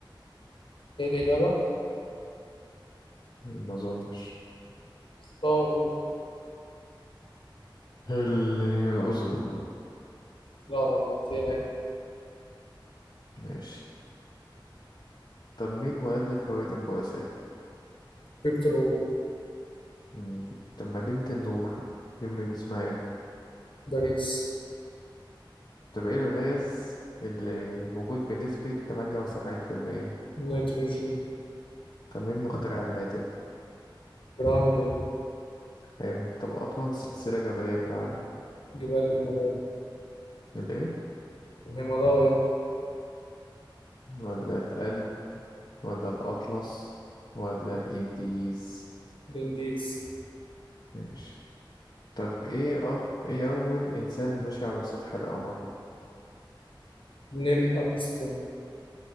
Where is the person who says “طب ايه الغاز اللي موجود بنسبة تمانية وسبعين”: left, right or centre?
Left